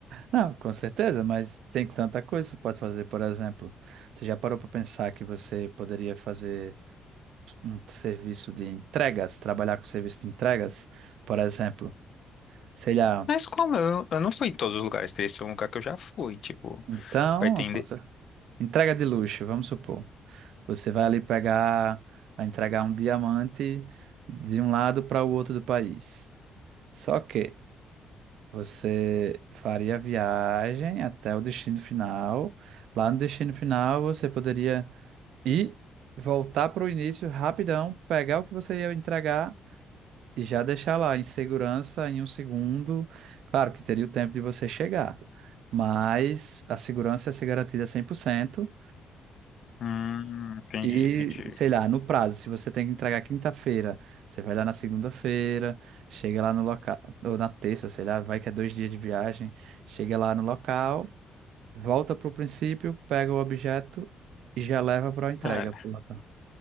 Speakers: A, on the right; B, on the left.
A: Não, com certeza, mas tem tanta coisa que você pode fazer. Por exemplo, você já parou para pensar que você poderia fazer um serviço de entregas, trabalhar com serviço de entregas? Por exemplo, sei lá,
B: Mas como? Eu, eu não fui em todos os lugares, teria que ser um lugar que eu já fui, tipo,
A: então,
B: vai ter...
A: uma
B: inde-
A: coisa- entrega de luxo, vamos supor. Você vai ali pegar, vai entregar um diamante de um lado para o outro do país. Só que você faria a viagem até o destino final. Lá no destino final, você poderia e voltar para o início rapidão, pegar o que você ia entregar e já deixar lá em segurança em um segundo. Claro que teria o tempo de você chegar, mas a segurança ia ser garantida cem por cento
B: Hum, entendi,
A: E,
B: entendi.
A: sei lá, no prazo, se você tem que entregar quinta-feira, você vai lá na segunda-feira, chega lá no local, ou na terça, sei lá, vai que é dois dias de viagem, chega lá no local, volta para o princípio, pega o objeto e já leva para a entrega,
B: É.
A: pro local,